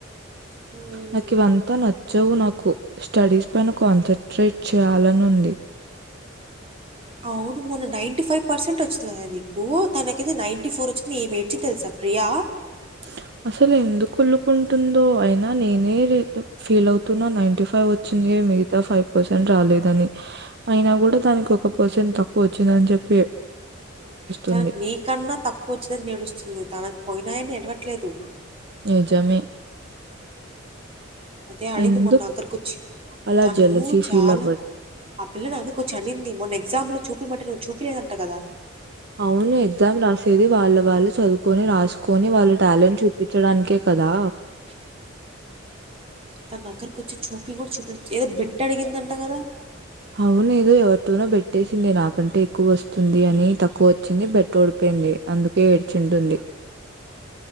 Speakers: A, on the right; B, on the right.
A: హ్మ్.
B: నాకు ఇవంతా నచ్చవు నాకు స్టడీస్ పైన కాన్సన్ట్రేట్ చేయాలని ఉంది
A: అవును మొన్న నైన్టీ ఫైవ్ పర్సెంట్ వచ్చింది కదా నీకు దాకైతే నైంటీ ఫోర్ వచ్చింది ఏమేడ్చింది తెలుసా ప్రియా
B: <inaudible> అసలు ఎందుకు కొలుకుంటుందో అయినా నేనే ఫీల్ అవుతున్నా నైన్ఫైవ్ వచ్చింది మీ ఫైవ్ పర్సెంట్ రాలేదని అయినా కూడా దానికి ఒక పర్సెంట్ తక్కువ వచ్చిందని చెప్పి
A: తనకు
B: ఏడుంది
A: నీకన్నా తక్కువ వచ్చిందని నేడుస్తుంది తనకు పోయినాయని ఎడవట్లేదు
B: నిజమే
A: అదే అనింది
B: ఎందుకు
A: మొన్న నా దగ్గరికి వచ్చి
B: అలా
A: తను
B: జెలసీ
A: చాలా
B: ఫీల్ అవ్వడం
A: ఆ పిల్ల నా దగ్గర్ చనింది మొన్న ఎగ్జామ్ లో చూపిమంటే నువ్వు చూపిలేదంట కదా
B: అవును ఎగ్జామ్ రాసేది వాళ్ళ వాళ్ళు చదువుకొని రాస్ కోని వాళ్ళ టాలెంట్ చూపించడానికే కదా
A: తన అగ్గరకు వచ్చి చూపిన్ కూడా చూపి ఏదో బిట్ అడిగిందంట కదా
B: అవును ఎదో ఎవరితోనో బెట్ పెట్టేసిందే నాకంటే ఎక్కువ వస్తుంది అని తక్కువ వచ్చింది బెట్ ఓడిపోయింది అందుకే ఎడ్చింటుంది